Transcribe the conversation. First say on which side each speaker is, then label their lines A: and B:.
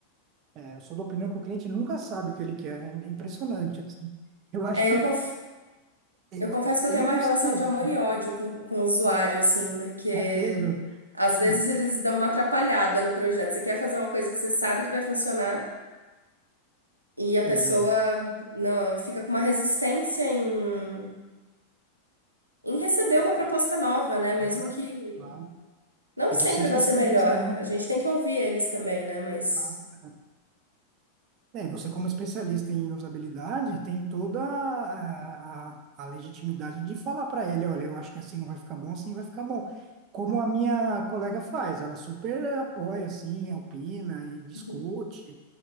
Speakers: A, on the right (about 35°); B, on the right (about 85°).
A: é, eu sou da opinião que o cliente nunca sabe o que ele quer, é impressionante, assim. Eu acho
B: É,
A: que
B: eu, conf-
A: ele,
B: eu confesso que eu
A: ele
B: tenho uma
A: não
B: relação
A: sabe,
B: de amor e ódio com, com o usuário, assim, porque
A: é mesmo?
B: às vezes
A: <laughs>
B: eles dão uma atrapalhada no projeto. Você quer fazer uma coisa que você sabe que vai funcionar e a pessoa
A: Pois é.
B: não, fica com uma resistência em, em receber uma proposta nova, né? Mesmo
A: Claro,
B: que.
A: claro.
B: Não que
A: E você
B: sempre
A: é especialista,
B: vai ser melhor,
A: né?
B: a gente tem que ouvir eles também, né? Mas
A: Claro. É, e você como especialista em usabilidade, tem toda a, a, a legitimidade de falar para ele, olha, eu acho que assim não vai ficar bom, assim vai ficar bom. Como a minha colega faz, ela super apoia, assim, opina e discute.
B: Uhum,